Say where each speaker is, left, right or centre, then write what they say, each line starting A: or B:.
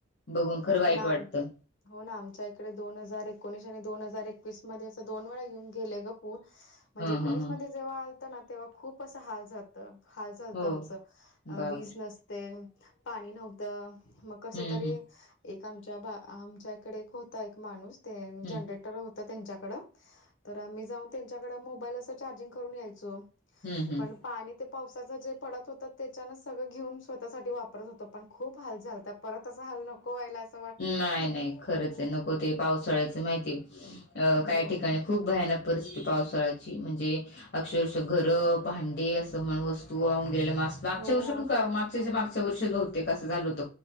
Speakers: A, on the left; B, on the left.
A: बघून खर वाईट
B: हो ना
A: वाटतं.
B: हो ना आमच्या इकडे दोन हजार एकोणीस आणि दोन हजार एकवीस मध्ये, अस दोन वेळा येेऊन गेले ग पूर. म्हणजे
A: ह
B: एकोणीस
A: ह ह
B: मध्ये जेव्हा आलतं ना तेव्हा खूप अस हाल झा त, हाल झालतं
A: हो
B: आमचं अ
A: बापरे
B: विज नस ते पाणी नव्हतं, मग कस
A: हम्म
B: तरी
A: हम्म
B: एक आमच्या बा आमच्या इकडे होता एक माणूस ते
A: हम्म
B: जनरेटर हो त, त्यांच्याकड तर आम्ही जाऊन, त्यांच्याकड मोबाईल असं चार्जिंग करून यायचो.
A: हम्म हम्.
B: पण पाणी ते पावसाचं जे पडत होत त्याच्यानच सगळं घेऊन स्वतःसाठी वापरत होतो, पण खूप हाल झालता परत असा हाल नको व्हायला अस
A: नाही-नाही खरंचये नको ते पावसाळ्याच माहिती अ
B: हो
A: काही ठिकाणी खूप भयानक परिस्थिती पावसाळ्याची, म्हणजे अक्षरशः घरं भांडे अस वस्तू वाहून गेलेल्या, मास-मागच्या
B: हो
A: वर्षी
B: ना
A: पण
B: कुणा
A: च्या- मागच्या वर्षीच बहुतेक असं झाल होत,